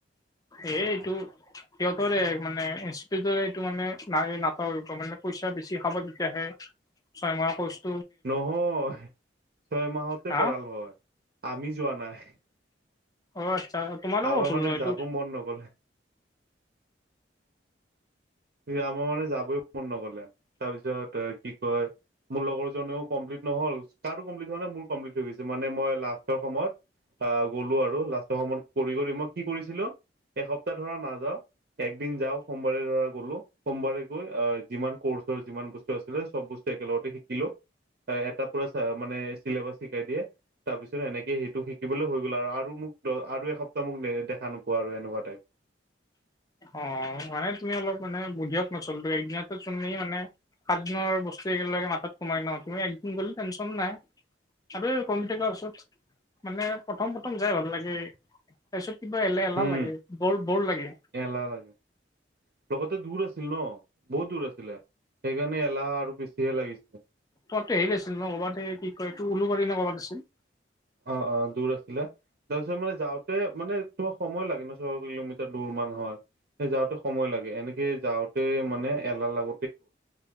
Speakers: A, on the left (about 20°); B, on the right (about 55°).
A: এ এইটো সিহঁতৰে মানে ইনষ্টিটিউটৰ এইটো মানে না নাটক মানে পইচা বেছি খাব তেতিয়াহে, ছয় মাহৰ কোৰ্চ
B: নহয়, ছয় মাহতে
A: হা
B: কৰাল হয়, আমি যোৱা নাই।
A: অ' আচ্ছা, তোমালোকৰ
B: আমাৰ
A: ভুল
B: মানে
A: ন' এইটো?
B: যাব মন নগলে। আমাৰ মানে যাবই মন নগলে, তাৰপিছত কি কয় মোৰ লগৰজনেও কমপ্লিট নহল, কাৰো কমপ্লিট হোৱা নাই, মোৰ কমপ্লিট হৈ গৈছে, মানে মই লাষ্টৰ সময়ত আহ গ'লো আৰু লাষ্টৰ সমত কৰি কৰি মই কি কৰিছিলো এসপ্তাহ ধৰা নাযাওঁ একদিন যাওঁ সোমবাৰে ধৰা গলো সোমবাৰে গৈ আহ, যিমান কৰ্চৰ যিমান বস্তু আছিলে চব বস্তু একেলগতে শিকিলো। এটা পুৰা মানে চেলেবাছ শিকাই দিয়ে। তাৰপিছত এনেকে সেইটো শিকিবলে হৈ গ'ল আৰু মোক ত' আৰু এসপ্তাহ মোক দেখা নোপোৱা আৰু এনেকুৱা টাইপ।
A: অঁ মানে তুমি অলপ মানে বুধিয়ক ন সেইটোয়ে একদিনতে তুমি মানে সাতদিনৰ বস্তু একেলগে মাথাত সোমাই ন তুমি এদিন গ'লে টেনচন নাই। আৰু কম্পিউটাৰ ক্লাছত মানে প্ৰথম প্ৰথম যাই ভাল লাগে। তাৰ পিছত কিবা এলে এলাহ
B: উম
A: লাগে বৰ বৰ লাগে।
B: এলাহ লাগে, লগতে দূৰ আছিল ন' বহুত দূৰ আছিলে। সেইকাৰণে এলাহ আৰু বেছিহে লাগিছিলে।
A: তহঁতে হেৰিত আছিল ন' ক'বাত কি কয় এইটো উলুবাৰী নে' ক'ৰবাত আছিল?
B: অঁ অঁ' দূৰ আছিলে, তাৰপিছত মানে যাওঁ তে মানে তোমাৰ সময় লাগে ন' ছয় কিলোমিটাৰ দূৰ মান হয়। সেই যাওঁতে সময় লাগে এনেকে যাওঁতে মানে এলাহ লাগ